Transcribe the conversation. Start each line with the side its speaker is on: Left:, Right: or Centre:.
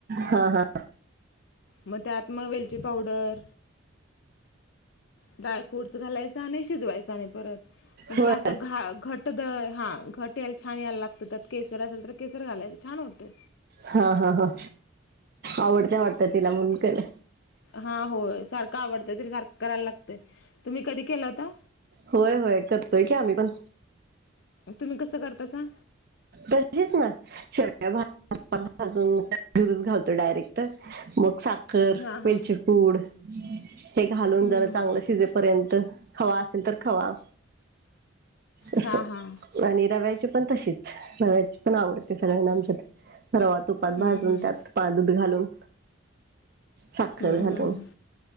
Right: हा हां
Left: मग त्या आतमा वेलची पावडर ड्राय फ्रूटस घालायचा आणि शिजवायचचा आणि <unintelligible> मग त्याला
Right: होय
Left: अस घा घट हा घट यायला छान यायला लागत त्या केसर असेल तर केसर घालायचं छान होते
Right: हा हा हा आवडत्या वाटत तिला मुनकल
Left: हा हो सारखं आवडतंय तरी सारखं करायला लागतंय तुम्ही कधी केलं होता
Right: होय होय करतोय की आम्ही पण
Left: तुम्ही कसं करतासा
Right: तशीच ना श अजूनरस घालतो डायरेक्ट मग
Left: हां हां
Right: वेलचीपूड हे घालून
Left: हम्म,
Right: जरा चांगलं शिज पर्यंत खावा असेल तर खवा असं
Left: हा हा
Right: आणि रव्याची पण तशीच रव्याची पण आवडते सगळ्यांना आमच्यात रव तू पानत
Left: हम्म
Right: भाजून
Left: हम्म
Right: त्यात पाक घालून साखर
Left: हम्म
Right: घालून
Left: हम्म.